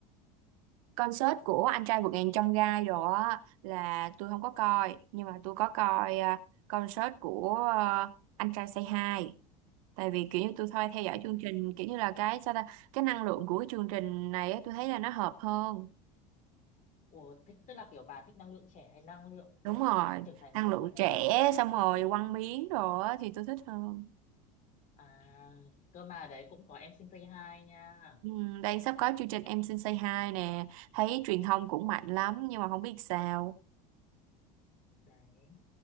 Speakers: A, on the right; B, on the left.
A: concert của anh trai vượt ngàn chông gai rồi á, là tôi không có coi nhưng mà tôi có coi ờ, concert của ờ, anh trai Say Hi tại vì kiểu như tôi thôi theo dõi
B: À,
A: chương trình kiểu như là cái sao ta cái năng lượng của cái chương trình này á, tôi thấy là nó hợp hơn
B: ủa, thích tức là kiểu bà thích năng lượng trẻ hay năng lượng
A: đúng rồi
B: trưởng thành
A: năng
B: hơn
A: lượng
B: nhờ?
A: trẻ xong rồi quăng miếng rồi á, thì tôi thích hơn
B: À, cơ mà đấy cũng có em sinh tây hai nha.
A: Ừ, Đang sắp có chương trình Em Xin Say Hi nè, thấy truyền thông cũng mạnh lắm nhưng mà không biết sao.
B: Đấy,